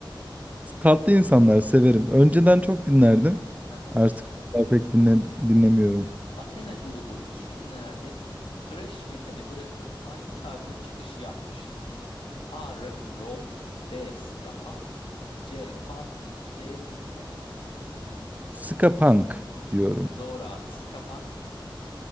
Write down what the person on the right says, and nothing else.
Tatlı insanlar severim. Önceden çok dinlerdim.
Artık o kadar pek dinle, dinlemiyorum.
Ska punk diyorum.